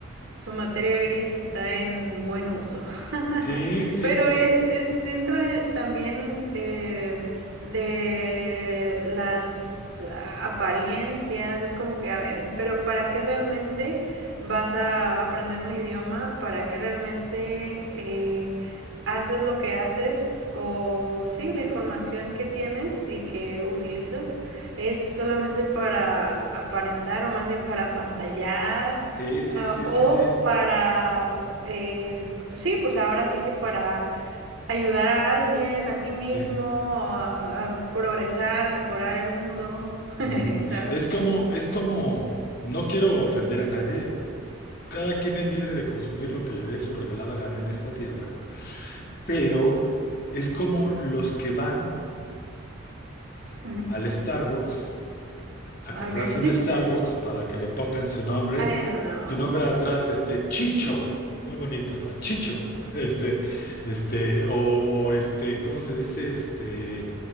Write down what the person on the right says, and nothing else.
su materia gris está en buen uso. <laughs>
Pero
es, es- entra de- también en, eh, de las apariencias, es como que, a ver, en- pero ¿para qué realmente vas a aprender un idioma? ¿Para qué realmente... eh, haces lo que haces o sí, la información que tienes y que utilizas es solamente para aparentar o más bien para apantallar
ah,
o
para, eh, pues sí, pues ahora sí que para ayudar a alguien, a ti mismo,
a, a progresar, mejorar el mundo, <laughs>
¿sabes?
<laughs>
Ok.
<laughs> Ay, no.